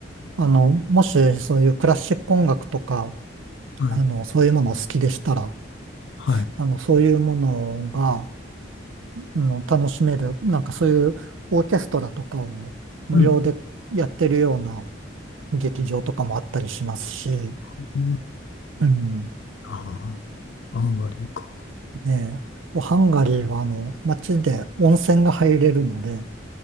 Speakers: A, on the right (about 80°); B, on the left (about 65°).
A: あの、もしそういうクラシック音楽とか、
B: はい、
A: あの、そういうものを好きでしたら、
B: はい、
A: あの、そういうものが、あの、楽しめる、なんかそういうオーケストラとかを無料でやってるような
B: うん、
A: 劇場とかもあったりしますし、
B: うん
A: うん、
B: ああ、あんまりか。
A: ねえ、ハンガリーはあの、街で温泉が入れるので、